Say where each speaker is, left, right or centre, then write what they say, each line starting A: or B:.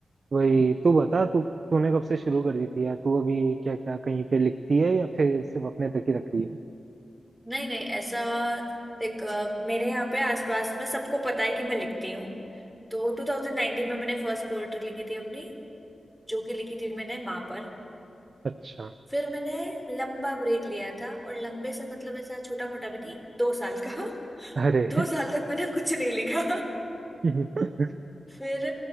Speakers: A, on the right; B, in the centre.
A: वही तू बता तू तूने कब से शुरू कर दी थी यार तू अभी क्या क्या कहीं पे लिखती है या फिर सिर्फ अपने तक ही रख रही है
B: नहीं नहीं ऐसा देख अ, मेरे यहाँ पे आसपास में सबको पता है कि मैं लिखती हूँ तो 2019 में मैंने फर्स्ट पोएट्री लिखी थी अपनी जो कि लिखी थी मैंने माँ पर
A: अच्छा
B: फिर मैंने लंबा ब्रेक लिया था और लंबे से मतलब ऐसा छोटा मोटा भी नहीं दो साल का <laughs>
A: अरे
B: दो साल तक मैंने कुछ नहीं लिखा
A: <laughs>
B: फिर